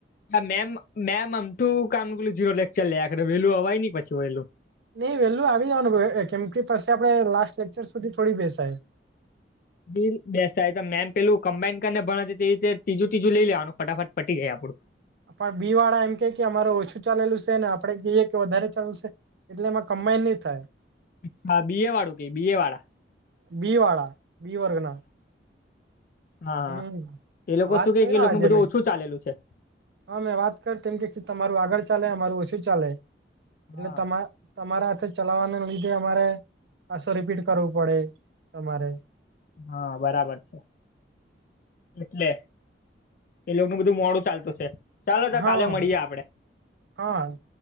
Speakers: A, on the left; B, on the right.
A: હા મેમ મેમ આમું કામ નનું પેલું જીરો લેક્ચર લે આખરે વેલું અવાય ન પછી વેલું.
B: નઈ વેલું આવી જવાનું કેમ કે પછી આપડે લાસ્ટ લેકચર સુધી થોડી બેસાય.
A: બીલ બેસાય તો મેમ પેલું કમ્બાઈન ને ભણ હતી તેવી રીતે ત્રીજું તીજું લઈ લેવાનું ફટાફટ પટી જાય આપડું.
B: પણ બી વાળા એમ કે કે અમાર ઓછું ચાલેલું છે ને આપડે કહીએ કે વધારે ચાલુ છે. એટલે એમાં કમ્બાઈન નહી થાય.
A: અછા બહે વાળું ક બહે વાળા.
B: બીવાળડા બી વર્ગના.
A: હા,
B: હમ
A: એ લોકો
B: વાત
A: શું કે
B: કર્યો
A: કે એ લોકોનું
B: આજે
A: બધું
B: મેં
A: ઓછું ચાલેલું છે?
B: હા મેં વાત કર તેમ કે તમારું આગળ ચાલે અમારું ઓશુ ચાલે,
A: હા
B: એટલે તમા તમારા હાથે ચલાવાના લીધે અમારે પાસો રીપીટ કરવું પડે તમારે.
A: હા બરાબર છે. એટલે એ લોકોનું બધું મોડું ચાલતું છે, ચાલો તો
B: હા
A: કાલે મળીએ આપડે.
B: હા.